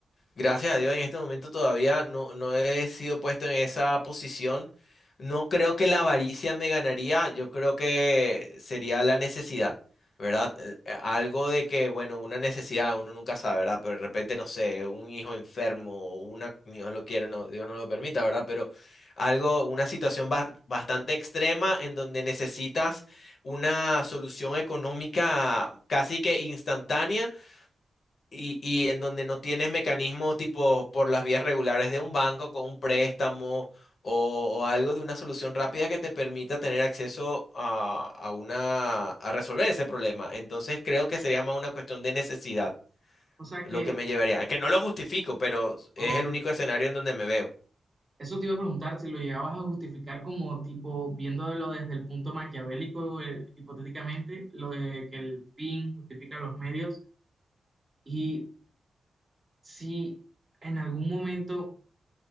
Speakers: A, on the left; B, on the right.
A: Gracias a Dios, en este momento todavía no, no he sido puesto en esa posición. No creo que la avaricia me ganaría, yo creo que sería la necesidad, ¿verdad? Eh, eh, Algo de que, bueno, una necesidad, uno nunca sabe, ¿verdad? Pero de repente, no sé, un hijo enfermo, o una, Dios lo quiera, no, Dios no lo permita, ¿verdad? Pero algo, una situación bas- bastante extrema en donde necesitas una solución económica casi que instantánea y, y en donde no tienes mecanismos tipo por las vías regulares de un banco con un préstamo o, o algo de una solución rápida que te permita tener acceso a, a una, a resolver ese problema. Entonces creo que sería más una cuestión de necesidad
B: O sea
A: lo
B: que,
A: que me llevaría. Que no lo justifico, pero
B: ok,
A: es el único escenario en donde me veo.
B: Eso te iba a preguntar si lo llegabas a justificar como tipo viéndolo desde el punto maquiavélico, eh, hipotéticamente, lo de que el fin justifica los medios y si en algún momento